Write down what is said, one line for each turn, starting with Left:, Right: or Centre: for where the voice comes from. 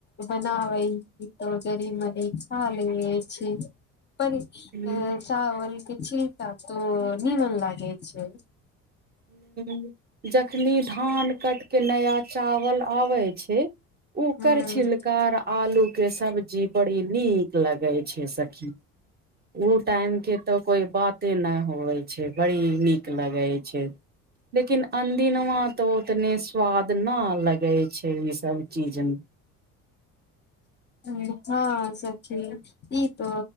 Left: बनाबै ई तौ जरी मे तै खा लेलिए छै बड़ी
Right: छै
Left: अ चावल के छिलका तो निमन लागे छै।
Right: हुं, जखनी धान कट के नया चावल आबै छै ओकर
Left: ह
Right: छिल कार आलू के सब्जी बड़ी नीक लगे छै सखी, उ टाइम के तऽ कोई बाते न होवे छै, बड़ी नीक लगे छै। लेकिन अनदिनमा तऽ ओतने स्वाद नै लगै छै इ सब चीज मे।
Left: हुं। हअ सखी ठीक इ त